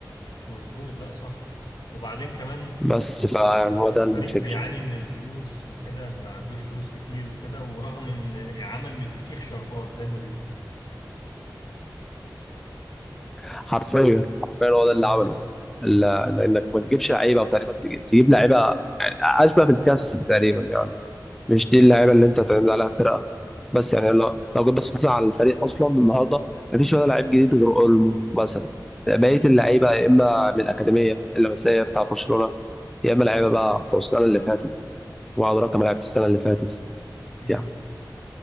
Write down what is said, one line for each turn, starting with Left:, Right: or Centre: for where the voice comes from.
Left: مظبوط لا صح وبعدين كمان
Centre: بس فيعني
Left: آه،
Centre: هو ده
Left: الفريق
Centre: الفكره
Left: بيعاني من الفلوس وكده ما عندوش فلوس كتير وكده ورغم إن يعمل من الفسيخ شربات زي ما بيقولوا
Centre: حرفيا حرفيا هو ده اللي
Left: امم
Centre: عمله ال- لانك ما تجيبش لعيبه تقريبا تجيب, تجيب لعيبه يعني اشبه بالكاس تقريبا يعني مش دي اللعيبه
Left: بالظبط
Centre: اللي انت تعتمد عليها فرقه بس يعني لو لو جيت بصيت مثلا على الفريق اصلا النهارده ما فيش ولا لعيب جديد غير اولمو مثلا بقيه اللعيبه
Left: آه.
Centre: يا اما من الاكاديميه اللمسيه بتاع برشلونه يا اما لعيبه
Left: ايوه
Centre: بقى بتوع السنه اللي فاتت وعلى رقم لعيبه السنه اللي فاتت
Left: امم
Centre: يعني